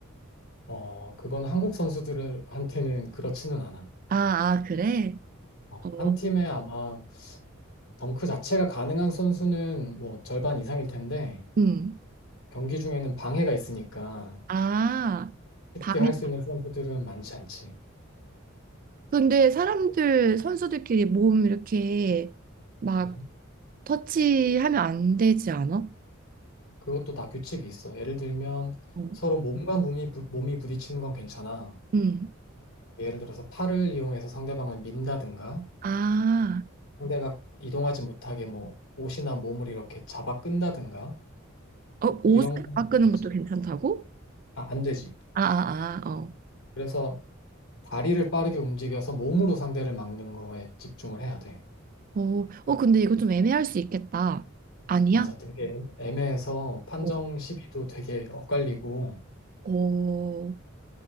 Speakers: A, on the left; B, on the right.
A: 어, 그건 한국 선수들한테는 그렇지는 않아.
B: 아, 아, 그래?
A: 어,
B: 어,
A: 한 팀에 아마 덩크 자체가 가능한 선수는 뭐 절반 이상일 텐데
B: 음.
A: 경기 중에는 방해가 있으니까
B: 아,
A: 쉽게
B: 방해.
A: 할 수 있는 선수들은 많지 않지.
B: 근데 사람들, 선수들끼리 몸 이렇게 막
A: 응?
B: 터치하면 안 되지 않아?
A: 그것도 다 규칙이 있어. 예를 들면
B: 어.
A: 서로 몸과 몸이, 부, 몸이 부딪히는 건 괜찮아.
B: 음.
A: 예를 들어서 팔을 이용해서 상대방을 민다든가
B: 아,
A: 상대가 이동하지 못하게 뭐 옷이나 몸을 이렇게 잡아 끈다든가
B: 어, 옷을
A: 이런 건
B: 갈아
A: 안
B: 끄는
A: 되지.
B: 것도 괜찮다고?
A: 아, 안 되지.
B: 아, 아, 아, 어.
A: 그래서 다리를 빠르게 움직여서 몸으로 상대를 막는 거에 집중을 해야 돼.
B: 어, 어, 근데 이거 좀 애매할 수 있겠다. 아니야?
A: 맞아. 되게 애매해서 판정
B: 어,
A: 시비도 되게 엇갈리고
B: 어,